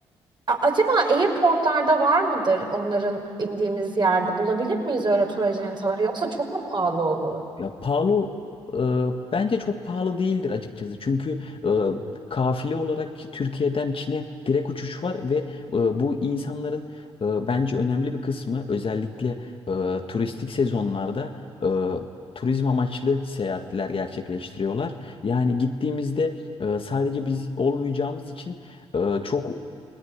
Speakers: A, on the right (about 40°); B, on the left (about 45°).
A: a- acaba airportlarda var mıdır onların indiğimiz yerde? Bulabilir miyiz öyle tur acentaları yoksa çok mu pahalı olur?
B: Ya pahalı e, bence çok pahalı değildir açıkçası. Çünkü e, kafile olarak Türkiye'den Çin'e direkt uçuş var ve e, bu insanların e, bence önemli bir kısmı özellikle e, turistik sezonlarda e, turizm amaçlı seyahatler gerçekleştiriyorlar. Yani gittiğimizde e, sadece biz olmayacağımız için e, çok